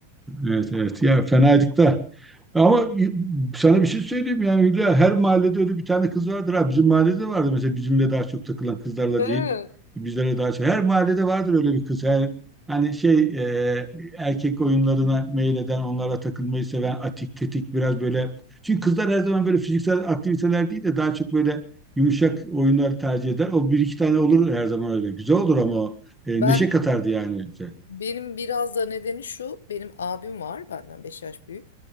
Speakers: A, in the centre; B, on the left.
A: Evet evet ya fenaydık da. Ama sana bir şey söyleyeyim yani Hülya, her mahallede öyle bir tane kız vardır ha. Bizim mahallede vardı mesela bizimle daha çok takılan kızlarla
B: Hı.
A: değil bizlere daha çok. Her mahallede vardır öyle bir kız. Yani, hani şey e, erkek oyunlarına meyleden onlara takılmayı seven atik tetik biraz böyle. Çünkü kızlar her zaman böyle fiziksel aktiviteler değil de daha çok böyle yumuşak oyunlar tercih eder. O bir iki tane olur her zaman öyle. Güzel olur ama o. E,
B: Ben
A: neşe katardı yani bize.
B: Benim biraz da nedeni şu, benim abim var, benden 5 yaş büyük.